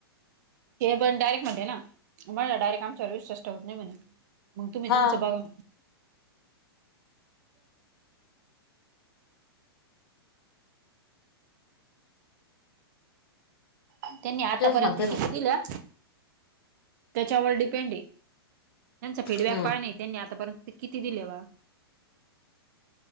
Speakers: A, on the right (about 45°); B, on the left (about 65°).
A: मी पण डायरेक्ट म्हणते ना, तुम्ही डायरेक्ट आमच्यावर विश्वास ठेवत नाही म्हणे, मग तुम्ही
B: हा
A: तुमचं बघा. हो. त्यांनी आतापर्यंत
B: तेच म्हणते ना
A: किती दिलं, त्याच्यावर डिपेंड आहे. त्यांचा फीडबॅक
B: हम्म
A: काय नाही त्यांनी आतापर्यंत किती दिले बा?